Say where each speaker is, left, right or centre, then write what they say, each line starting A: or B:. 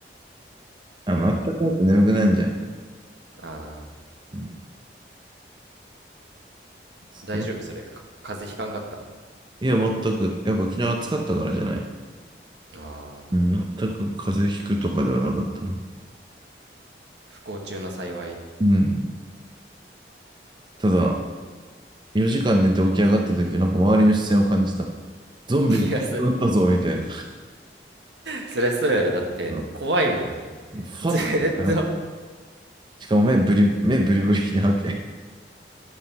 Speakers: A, on the right (about 25°); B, on the right (about 75°).
A: あの、あったかいと眠くなるじゃん。
B: ああ。
A: うん、そう
B: 大丈夫それか風邪ひかんかった
A: いや、全く。やっぱ昨日暑かったからじゃない。
B: あー
A: うん、全く風邪ひくとかではなかったな。
B: 不幸中の幸い <laughs> い
A: うん。ただ、4時間寝て起き上がった時、なんか周りの視線を感じた。ゾンビが撃ったぞ、
B: やそ
A: みたいな。
B: そりゃそうやろだって怖いもん
A: うんふわっと見っ
B: ずーっと
A: しかも目ブリ、目ブリブリなわけ。